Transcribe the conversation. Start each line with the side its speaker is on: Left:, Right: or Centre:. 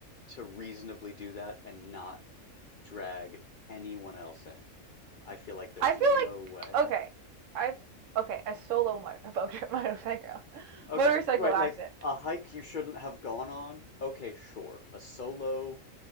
Left: to reasonably do that and not drag anyone else in. I feel like there's
Right: I feel
Left: no
Right: like
Left: way.
Right: okay. I've okay, a solo motor, <laughs> motorcycle
Left: Okay,
Right: motorcycle
Left: right,
Right: accident.
Left: like a hike you shouldn't have gone on. Okay, sure. A solo